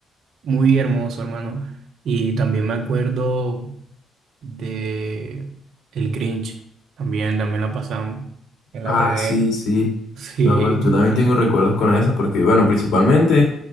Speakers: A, on the right; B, on the left.
A: muy hermoso, hermano. Y también me acuerdo de El Grinch, también, también la pasaban en
B: Ah,
A: la TV.
B: sí, sí.
A: <laughs> Sí,
B: Yo, yo también
A: el.
B: tengo recuerdos con esas porque, bueno, principalmente,